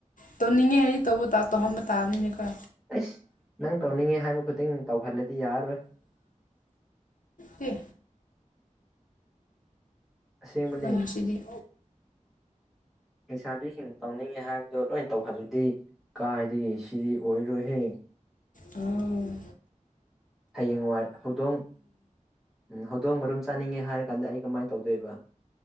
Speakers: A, on the left; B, in the centre.
A: ꯇꯧꯅꯤꯡꯉꯦ ꯑꯩ ꯇꯧꯕ ꯇ ꯇꯧꯍꯕ ꯇꯥꯕꯅꯤꯅꯦ ꯈꯣ
B: ꯑꯩꯁ ꯅꯪ ꯇꯧꯅꯤꯡꯉꯦ ꯍꯥꯏꯕ ꯈꯨꯗꯤꯡ ꯇꯧꯍꯜꯂꯗꯤ ꯌꯥꯔꯔꯣꯏ
A: ꯍ
B: ꯑꯁꯦꯡꯕꯅꯦ
A: ꯑꯝ ꯁꯤꯗꯤ
B: ꯂꯩꯁꯥꯕꯤꯁꯤꯡꯅ ꯇꯧꯅꯤꯡꯉꯤ ꯍꯥꯏꯕꯗꯨꯣ ꯂꯣꯏ ꯇꯧꯍꯜꯂꯗꯤ ꯀꯥꯏꯗꯒꯤ ꯁꯤꯗꯤ ꯑꯣꯏꯔꯣꯏꯍꯦ
A: ꯎꯝ
B: ꯍꯌꯦꯡꯋꯥꯏ ꯍꯧꯗꯣꯡ ꯎ ꯍꯧ ꯑꯗꯣꯡ ꯃꯔꯨꯝ ꯆꯥꯅꯤꯡꯉꯦ ꯍꯥꯏꯔ ꯀꯥꯟꯗ ꯑꯩ ꯀꯃꯥꯏꯅ ꯇꯧꯗꯣꯏꯕ